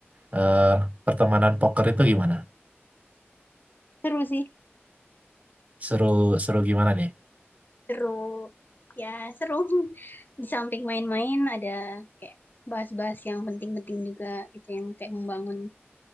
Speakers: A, on the right; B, on the left.
A: Eh, pertemanan poker itu gimana?
B: Seru sih,
A: seru seru gimana nih?
B: seru. Ya seru. <laughs> Di samping main-main ada kayak bahas-bahas yang penting-penting juga gitu yang kayak membangun.